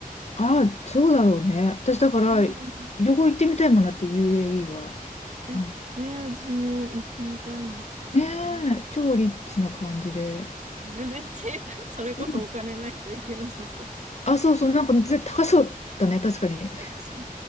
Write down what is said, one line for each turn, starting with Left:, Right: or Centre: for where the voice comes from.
Left: あ、そうだろうね。私だから、
Right: うん。い
Left: 旅行行ってみたいもんなって UAE は。
Right: や、
Left: なんか
Right: ね、私も行ってみたいんですよね。
Left: ねえ、超リッチな感じで。
Right: うん。で、ち <laughs> それこそお金ないといけなさそう。
Left: うんあ、そうそう、なんか絶対高そうだね、確かに。
Right: 高そう。